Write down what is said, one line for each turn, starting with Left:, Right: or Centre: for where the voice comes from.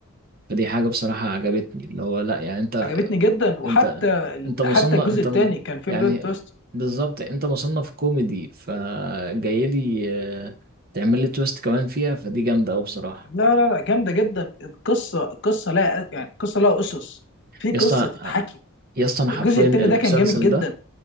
Right: فدي حاجة بصراحة عجبتني اللي هو لا يعني أنت
Left: عجبتني جدا وحتى
Right: أنت
Left: ال-
Right: أنت مصنف
Left: حتى الجزء
Right: أنت
Left: الثاني
Right: م-
Left: كان فيه
Right: يعني
Left: بلوت تويست
Right: بالظبط أنت مصنف كوميدي فجاي لي آه، تعمل لي تويست كمان فيها فدي جامدة أوي بصراحة
Left: لا لا لا جامده جدا القصه القصه لا يعني القصه لها اسس في
Right: يا
Left: قصه
Right: اسطى
Left: تتحكي
Right: يا اسطى أنا
Left: الجزء
Right: حرفيا
Left: الثاني
Right: المسلسل
Left: ده كان جامد جدا
Right: ده